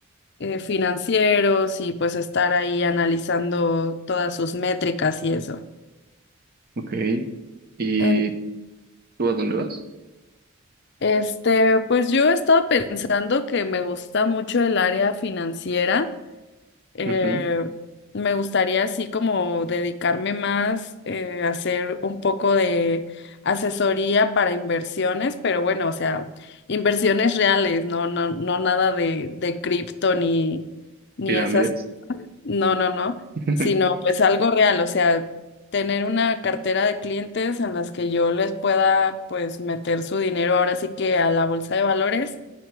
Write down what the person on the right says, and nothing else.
ok. ¿Y
tú a dónde vas?
Ujú,
Pirámides.
<laughs>